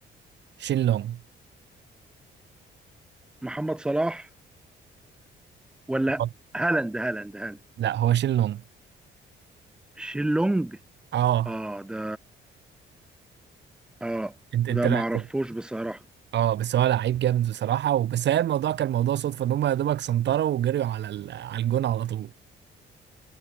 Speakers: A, on the right (about 60°); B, in the centre.
A: شين لونج
B: محمد صلاح ولا
A: آه،
B: هالاند هالاند هالاند
A: لا هو شين لونج
B: شيلونج
A: أه
B: اه ده اه
A: أنت أنت
B: ده
A: لا
B: ما
A: أنت
B: اعرفوش بصراحه
A: أه بس هو لعيب جامد بصراحة وبس هي الموضوع كان موضوع صدفة إن هم يا دوبك سنطروا وجريوا على ال- على الجون على طول